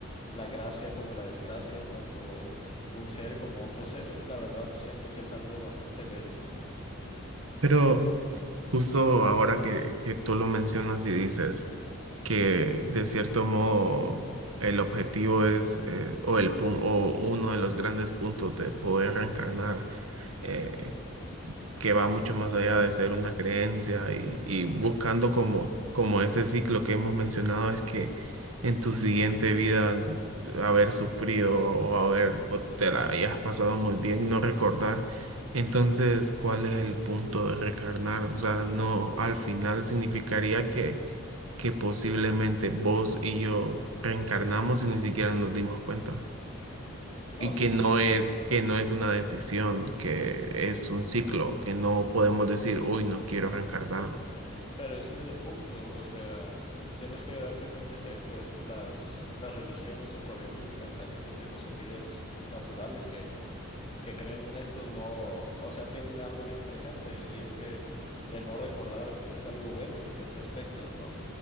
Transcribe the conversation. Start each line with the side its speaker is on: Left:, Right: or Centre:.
Left: la gracia como la desgracia, tanto un ser como otro ser, la verdad siento que es algo bastante bello, ¿no?
Right: Pero justo ahora que, que tú lo mencionas y dices que de cierto modo el objetivo es, eh, o, el, pun- o uno de los grandes puntos de poder reencarnar eh, que va mucho más allá de ser una creencia y, y buscando como, como ese ciclo que hemos mencionado es que en tu siguiente vida mm, haber sufrido o haber o te la hayas pasado muy bien, no recordar. Entonces, ¿cuál es el punto de recarnar? O sea, no, al final significaría que, que posiblemente vos y yo reencarnamos y ni siquiera nos dimos cuenta y
Left: No,
Right: que
Left: sí,
Right: no
Left: sí,
Right: es, que no es una decisión, que es un ciclo, que no podemos decir, uy, no quiero reencarnar.
Left: pero ese es el punto, o sea, tienes que darte cuenta que pues las, las religiones o corrientes de pensamiento, filosofías naturales que que creen en esto no, o sea, tienen algo bien presente y es que el no recordar es algo bueno en este aspecto, ¿no?